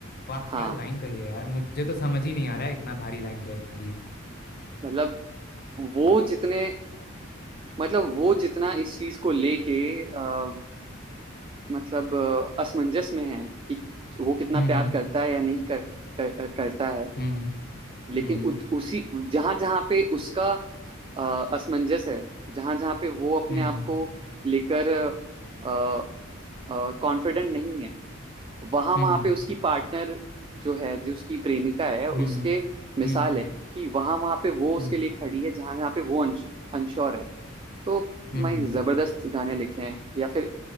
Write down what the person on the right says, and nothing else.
हाँ
मतलब वो जितने मतलब वो जितना इस चीज को लेके अ, मतलब अ, असमंजस में है कि वो कितना
प्यार करता है या नहीं कर, कर, करता है
लेकिन
उत, उसी जहां जहां पे उसका अ, असमंजस है जहां जहां पे वो अपने
आप
को लेकर अ, कॉन्फिडेंट नहीं है वहां
वहां
पे उसकी पार्टनर जो है जो उसकी प्रेमिका है
उसके
मिसाल
है कि वहां वहां पे वो उसके
लिए खड़ी है जहां जहां पे वो अनश्योर है तो
मैं
जबरदस्त गाने लिखे हैं या फिर